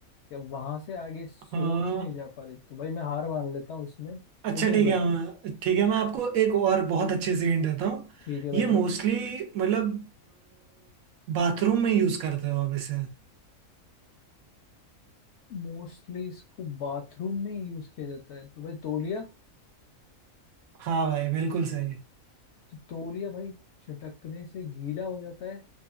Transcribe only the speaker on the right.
<laughs> हाँ
अच्छा
ठीक
है मैं ठीक है मैं आपको एक और बहुत अच्छे से हिंट देता हूँ
ये
मोस्टली मतलब बाथरूम में यूज करते हो आप इसे
हाँ भाई बिल्कुल सही